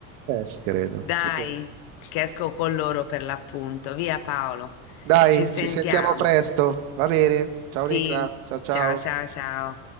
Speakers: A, on the right; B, on the left.
A: eh, ci credo,
B: Dai,
A: ci credo.
B: che esco con loro per l'appunto. Via Paolo,
A: Dai,
B: ci sentiamo.
A: ci sentiamo presto, va bene, ciao
B: Sì,
A: Nicla, ciao ciao.
B: ciao ciao ciao.